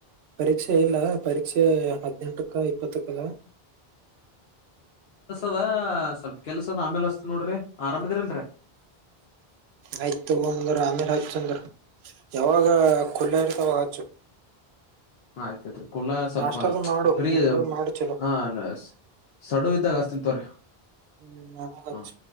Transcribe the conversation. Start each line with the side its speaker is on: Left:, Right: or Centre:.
Right: ಪರೀಕ್ಷೆ ಇಲ್ಲ ಪರೀಕ್ಷೆ ಹದಿನೆಂಟ್ಕ ಇಪ್ಪತ್ತಕ್ಕ ಅದಾವ್
Left: ಅ ಸ್ವಲ್ಪ ಕೆಲ್ಸ ಅದ್ ಆಮೇಲ್ ಹಚ್ಚತೀನಿ ನೋಡ್ರಿ ಆರಾಮ ಅದಿರಿಲ್ರಿ
Right: ಆಯ್ತ ತಗೋ ಅಂದ್ರ ಆಮೇಲೆ ಹಚ್ಚ ಹಂಗರ್ ಯಾವಾಗ ಕುಲ್ಲಾ ಇರ ಅವಾಗ್ ಹಚ್ಚು.
Left: ಆಯ್ತ ಆಯ್ತ್ರಿ ಕುಲ್ಲಾ ಸ್ವಲ್ಪ
Right: ನಾಷ್ಟದು ಮಾಡು
Left: ಪ್ರಿ
Right: ಊಟ ಮಾಡು ಚಲೋ
Left: ಹ ನ್ಸ ಸಡವ ಇದ್ದಾಗ ಹಸ್ತನ್ ತಗೋರಿ.
Right: ಹ್ಮ್ ಆಮೇಲ
Left: ಹಾ
Right: ಹಚ್ಚ.